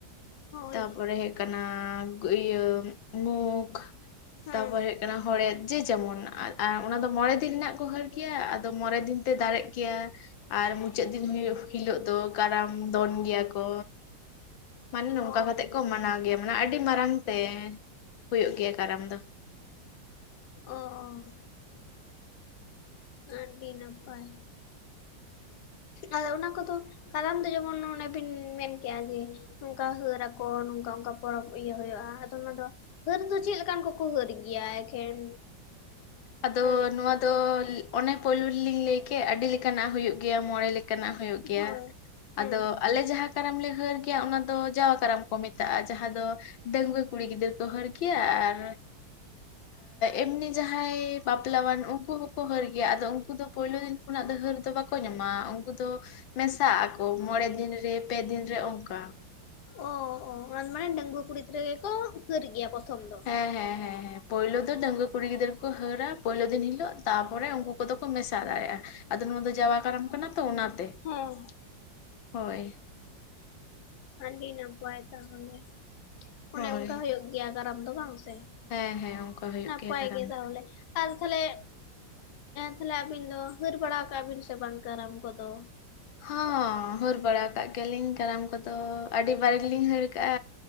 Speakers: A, on the left; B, on the left.
A: ᱦᱳᱭ
B: ᱛᱟᱯᱚᱨᱮ ᱦᱩᱭᱩᱜ ᱠᱟᱱᱟ ᱤᱭᱟᱹ ᱢᱩᱠᱷ
A: ᱦᱮᱸ
B: ᱛᱟᱯᱚᱨᱮ ᱠᱟᱱᱟ ᱦᱚᱲᱮᱫ ᱡᱮ ᱡᱮᱢᱚᱱ ᱚᱱᱟ ᱫᱚ ᱢᱚᱬᱮ ᱫᱤᱱ ᱨᱮᱱᱟᱜ ᱠᱚ ᱦᱟᱹᱨ ᱜᱮᱭᱟ ᱟᱫᱚ ᱢᱚᱬᱮ ᱫᱤᱱ ᱛᱮ ᱫᱟᱨᱮᱜ ᱜᱮᱭᱟ ᱟᱨ ᱢᱩᱪᱟᱹᱫ ᱫᱤᱱ ᱦᱤᱞᱳᱜ ᱫᱚ ᱠᱟᱨᱟᱢ ᱫᱚᱱ ᱜᱮᱭᱟ ᱠᱚ ᱢᱟᱱᱮ ᱱᱚᱝᱠᱟ
A: ᱚ
B: ᱠᱟᱛᱮᱜ ᱠᱚ ᱢᱟᱱᱟᱣ ᱜᱮᱭᱟ ᱢᱟᱱᱮ ᱟᱹᱰᱤ ᱢᱟᱨᱟᱝ ᱛᱮ ᱦᱩᱭᱩᱜ ᱜᱮᱭᱟ ᱠᱟᱨᱟᱢ ᱫᱚ
A: ᱚᱸ ᱟᱹᱰᱤ ᱱᱟᱯᱟᱭ ᱟᱫᱚ ᱚᱱᱟ ᱠᱚᱫᱚ ᱠᱟᱨᱟᱢ ᱫᱚ ᱡᱮᱢᱚᱱ ᱚᱱᱮ ᱵᱤᱱ ᱢᱮᱱ ᱠᱮᱜᱼᱟ ᱡᱮ ᱱᱚᱝᱠᱟ ᱦᱟᱹᱨ ᱟᱠᱚ ᱱᱚᱝᱠᱟ ᱚᱱᱠᱟ ᱯᱚᱨᱚᱵᱽ ᱤᱭᱟᱹ ᱦᱩᱭᱩᱜᱼᱟ ᱟᱫᱚ ᱚᱱᱟ ᱫᱚ ᱦᱟᱹᱨ ᱫᱚ ᱪᱮᱫ ᱞᱮᱠᱟᱱ ᱠᱚᱠᱚ ᱦᱟᱹᱨ ᱜᱮᱭᱟ ᱮᱠᱷᱮᱱ
B: ᱟᱫᱚ
A: ᱦᱮᱸ
B: ᱱᱚᱣᱟ ᱫᱚ ᱚᱱᱮ ᱯᱳᱭᱞᱳ ᱨᱮᱞᱤᱧ ᱞᱟᱹᱭ ᱠᱮᱫ ᱟᱹᱰᱤ ᱞᱮᱠᱟᱱᱟᱜ ᱦᱩᱭᱩᱜ ᱜᱮᱭᱟ ᱢᱚᱬᱮ ᱞᱮᱠᱟᱱᱟᱜ ᱦᱩᱭᱩᱜ ᱜᱮᱭᱟ
A: ᱦᱳᱭ ᱦᱮᱸ
B: ᱟᱫᱚ ᱟᱞᱮ ᱡᱟᱦᱟᱸ ᱠᱟᱨᱟᱢ ᱞᱮ ᱦᱟᱹᱨ ᱜᱮᱭᱟ ᱚᱱᱟ ᱫᱚ ᱡᱟᱣᱟ ᱠᱟᱨᱟᱢ ᱠᱚ ᱢᱮᱛᱟᱜᱼᱟ ᱡᱟᱦᱟᱸ ᱫᱚ ᱰᱟᱹᱜᱣᱟᱹ ᱠᱩᱲᱤ ᱜᱤᱫᱟᱹᱨ ᱠᱚ ᱦᱟᱹᱨ ᱜᱮᱭᱟ ᱟᱨ ᱮᱢᱱᱤ ᱡᱟᱦᱟᱸ ᱡᱟᱦᱟᱸᱭ ᱵᱟᱯᱞᱟᱣᱟᱱ ᱩᱱᱠᱩ ᱦᱚᱸᱠᱚ ᱦᱟᱹᱨ ᱜᱮᱭᱟ ᱟᱫᱚ ᱩᱱᱠᱩ ᱫᱚ ᱯᱳᱭᱞᱳ ᱫᱤᱱ ᱠᱷᱚᱱᱟᱜ ᱫᱚ ᱦᱟᱹᱨ ᱫᱚ ᱵᱟᱠᱚ ᱧᱟᱢᱟ ᱩᱱᱠᱩ ᱫᱚ ᱢᱮᱥᱟᱜ ᱟᱠᱚ ᱢᱚᱬᱮ ᱫᱤᱱ ᱨᱮ ᱯᱮ ᱫᱤᱱ ᱨᱮ ᱚᱱᱠᱟ
A: ᱚᱸ ᱚᱸ ᱚᱱᱟ ᱢᱟᱱᱮ ᱰᱟᱹᱜᱣᱟᱹ ᱠᱩᱲᱤ ᱜᱤᱫᱽᱨᱟᱹ ᱜᱮᱠᱚ ᱦᱟᱹᱨ ᱜᱮᱭᱟ ᱯᱨᱚᱛᱷᱚᱢ ᱫᱚ
B: ᱦᱮᱸ ᱦᱮᱸ ᱦᱮᱸ ᱯᱳᱭᱞᱳ ᱫᱚ ᱰᱟᱜᱹᱣᱟᱹ ᱠᱩᱲᱤ ᱜᱤᱫᱽᱨᱟᱹ ᱠᱚ ᱦᱟᱹᱨᱼᱟ ᱯᱳᱭᱞᱳ ᱫᱤᱱ ᱦᱤᱞᱳ ᱛᱟᱨ ᱯᱚᱨᱮ ᱩᱱᱠᱩ ᱠᱚᱫᱚ ᱠᱚ ᱢᱮᱥᱟ ᱫᱟᱲᱮᱭᱟᱜᱼᱟ ᱟᱫᱚ ᱱᱚᱣᱟ ᱫᱚ ᱡᱟᱣᱟ ᱠᱟᱨᱟᱢ ᱠᱟᱱᱟ ᱛᱚ ᱚᱱᱟ ᱛᱮ
A: ᱦᱮᱸ
B: ᱦᱳᱭ
A: ᱟᱹᱰᱤ ᱱᱟᱯᱟᱭ ᱛᱟᱦᱚᱞᱮ ᱚᱱᱮ
B: ᱦᱳᱭ
A: ᱚᱱᱠᱟ ᱦᱩᱭᱩᱜ ᱜᱮ ᱜᱮᱭᱟ ᱠᱟᱨᱟᱢ ᱫᱚ ᱵᱟᱝ ᱥᱮ
B: ᱦᱮᱸ ᱦᱮᱸ ᱚᱱᱠᱟ ᱦᱩᱭᱩᱜ
A: ᱱᱟᱯᱟᱭ
B: ᱜᱮᱭᱟ ᱠᱟᱨᱟᱢ
A: ᱜᱮ
B: ᱫᱚ᱾
A: ᱛᱟᱦᱚᱞᱮ ᱟᱨ ᱛᱟᱦᱚᱞᱮ ᱛᱟᱦᱞᱮ ᱟᱵᱤᱱ ᱫᱚ ᱦᱟᱹᱨ ᱵᱟᱲᱟ ᱠᱟᱜ ᱵᱤᱱ ᱥᱮ ᱵᱟᱝ ᱠᱟᱨᱟᱢ ᱠᱚᱫᱚ
B: ᱦᱚᱸ ᱦᱟᱹᱨ ᱵᱟᱲᱟ ᱠᱟᱜ ᱜᱮᱭᱟ ᱞᱤᱧ ᱠᱟᱨᱟᱢ ᱠᱚᱫᱚ ᱟᱹᱰᱤ ᱵᱟᱨ ᱜᱮᱞᱤᱧ ᱦᱟᱹᱨ ᱠᱟᱜᱼᱟ